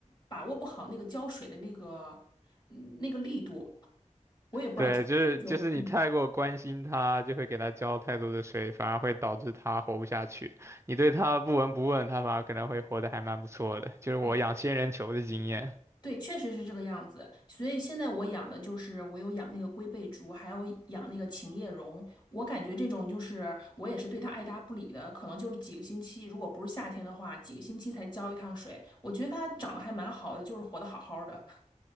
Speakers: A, on the left; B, on the right.
A: 把握不好那个浇水的那个嗯那个力度，我也不知道最后怎么就嗯。
B: 对，就是就是你太过关心它，就会给它浇太多的水，反而会导致它活不下去。你对它不闻不问，它反而可能会活得还蛮不错的，就是我养仙人球的经验。
A: 哎对，确实是这个样子。所以现在我养的就是我有养那个龟背竹，还有养那个琴叶榕。我感觉这种就是我也是对它爱搭不理的，可能就是几个星期，如果不是夏天的话，几个星期才浇一趟水。我觉得它长得还蛮好的，就是活得好好的。